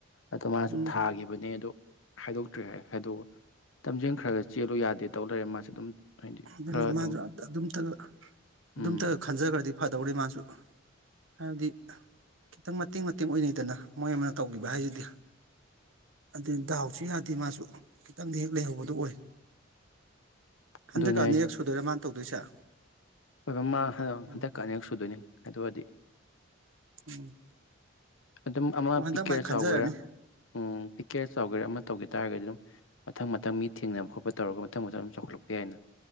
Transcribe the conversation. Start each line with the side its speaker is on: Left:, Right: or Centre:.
Left: ꯑꯗꯣ ꯃꯥꯁꯨ
Right: ꯎꯝ
Left: ꯊꯥꯈꯤꯕꯅꯦ ꯑꯗꯣ ꯍꯥꯏꯗꯣꯛꯇ꯭ꯔꯦ ꯍꯥꯏ ꯍꯥꯏꯗꯣꯛ ꯂꯝꯖꯟ ꯈꯔ ꯈꯔ ꯆꯦꯜꯂꯨ ꯌꯥꯗꯦ ꯇꯧ ꯂꯩꯔꯦ ꯃꯥꯁꯨ ꯑꯗꯨꯝ ꯍꯥꯏꯗꯤ
Right: ꯑꯗꯨꯅꯤ
Left: ꯈꯔ ꯑꯗꯨꯝ
Right: ꯃꯥꯁꯨ ꯑꯝꯇ ꯑꯗꯨꯝꯇꯒ
Left: ꯎꯝ
Right: ꯑꯗꯨꯝꯇꯒ ꯈꯟꯖꯈ꯭ꯔꯗꯤ ꯐꯗꯧꯅꯤꯃꯥꯁꯨ ꯍꯥꯏꯕꯗꯤ ꯈꯤꯇꯪ ꯃꯇꯦꯡ ꯃꯇꯦꯡ ꯑꯣꯏꯅꯩꯗꯅ ꯃꯣꯏ ꯑꯃꯅ ꯇꯧꯒꯤꯕ ꯍꯥꯏꯁꯤꯗꯤ ꯑꯗꯨꯅꯤ ꯗꯥꯎꯁꯨ ꯌꯥꯗꯦ ꯃꯥꯁꯨ ꯈꯤꯇꯪꯗ ꯍꯦꯛ ꯂꯩꯍꯧꯕꯗꯣ ꯑꯣꯏ ꯍꯟꯗꯛꯀ
Left: ꯑꯗꯨꯅꯦ
Right: ꯑꯅꯤꯔꯛ ꯁꯨꯗꯣꯏꯔꯥ ꯃꯥꯅ ꯇꯧꯗꯣꯏꯁꯦ
Left: ꯑꯣꯏꯕ ꯃꯥ ꯍꯟ
Right: ꯎꯝ
Left: ꯍꯟꯗꯛꯀ ꯑꯅꯤꯔꯛ ꯁꯨꯗꯣꯏꯅꯤ ꯑꯗꯨꯒꯥꯗꯤ
Right: ꯎꯝ
Left: ꯑꯗꯨꯝ ꯑꯃ
Right: ꯑꯣ ꯍꯟꯗꯛ
Left: ꯄꯤꯛꯀꯦꯔꯥ
Right: ꯃꯥꯏ
Left: ꯆꯥꯎꯒꯦꯔꯥ
Right: ꯈꯟꯖꯔꯅꯤ
Left: ꯎꯝ ꯄꯤꯛꯀꯦꯔ ꯆꯥꯎꯒꯦꯔ ꯑꯃ ꯇꯧꯒꯤ ꯇꯥꯔꯗꯤ ꯑꯗꯨꯝ ꯃꯊꯪ ꯃꯊꯪ ꯃꯤꯊꯦꯡꯅꯕ ꯈꯣꯠꯄ ꯇꯧꯔꯒ ꯃꯊꯪ ꯃꯊꯪ ꯆꯥꯎꯈꯠꯂꯛꯄꯤ ꯌꯥꯏꯅ